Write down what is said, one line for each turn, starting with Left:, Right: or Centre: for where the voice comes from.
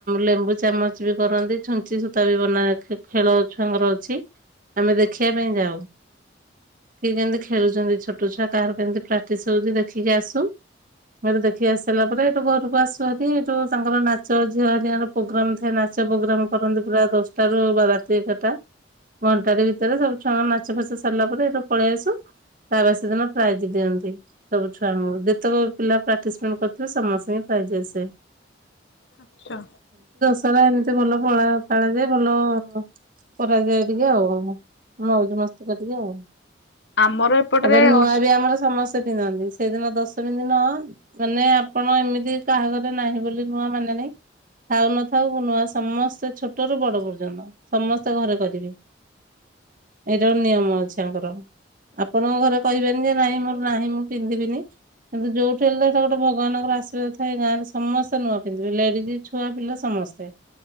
Right: ଲେମ୍ବୁ ଚାମଚ ବି କରନ୍ତି, ଛୁଞ୍ଚି ସୂତା ବି ବନା ଖେଳ ଛୁଆଙ୍କର ଅଛି। ଆମେ ଦେଖିବା ପାଇଁ ଯାଉ। କି କେମିତି ଖେଳୁଛନ୍ତି ଛୋଟ ଛୁଆ କାହାର କେମିତି ପ୍ରାକ୍ଟିସ ହଉଛି ଦେଖିକି ଆସୁ ଏଠୁ ଦେଖି ଆସ ସିଲା ପରେ ଏଇଠୁ ଘରକୁ ଆସୁ ହେରି ଏଠୁ ତାଙ୍କର ନାଚ ଝିଅ ହେରି ଙ୍କାର ପ୍ରୋଗ୍ରାମ ଥାଏ ନାଚ ପ୍ରୋଗ୍ରାମ କରନ୍ତି ପୁରା ଦଶଟା ରୁ ବା ରାତି ଏଗାରଟା। ଘଣ୍ଟା ଟି ଭିତରେ ସବୁ ଛୁଆଙ୍କ ନାଚ ଫାଚ ସରିଲା ପରେ ଏଟୁ ପଳେଇ ଆସୁ। ତା ବାସି ଦିନ ପ୍ରାଇଜ ଦିଅନ୍ତି ସବୁ ଛୁଆଙ୍କୁ ଯେତେକ ପିଲା ପାର୍ଟିସିପେଟ କରିଥିଲେ ସମସ୍ତ ପାଇଜ ଆସେ।
Left: ଆଚ୍ଛା।
Right: ସାର ଏମିତି ଭଲ ପଳା ପାଳାଯାଏ ଭଲ କରାଯାଏ ଟିକେ ଆଉ ମଉଜ ମସ୍ତିକ ଟିକେ ଆଉ।
Left: ଆମର ଏପଟରେ
Right: ତାପରେ ନୂଆ
Left: ଅଷ୍ଟ
Right: ବି ଆମର ସମସ୍ତ ତେ ପିନ୍ଧନ୍ତି ସେଦିନ ଦଶମୀ ଦିନ ମାନେ ଆପଣ ଏମିତି କାହାଘରେ ନାହିଁ ବୋଲି ନୂଆ ମାନେ ନାହି ଥାଉ ନଥାଉ ନୂଆ ସମସ୍ତେ ଛୋଟରୁୁ ବଡ ପର୍ଯ୍ୟନ୍ତ ସମସ୍ତେ ଘରେ କରିବେ।
Left: <inaudible>
Right: ଏଇଟା ନିୟମ ଅଛି ଆଙ୍କର। ଆପଣଙ୍କ ଘରେ କହିବେନି ଯେ ନାଇଁ ମୋର ନାହିଁ ମୁଁ ପିନ୍ଧିବିନି କିନ୍ତୁ ଯୋଉଠି ହେଲେ ତଇଟ ଗୋଟେ ଭଗାନଙ୍କର ଆଶୀର୍ବାଦ ଥାଏ ଗାଁରେ ସମସ୍ତେ ନୂଆ ପିନ୍ଧିବେ ଲେଡିଜ। ଛୁଆ ପିଲା ସମସ୍ତେ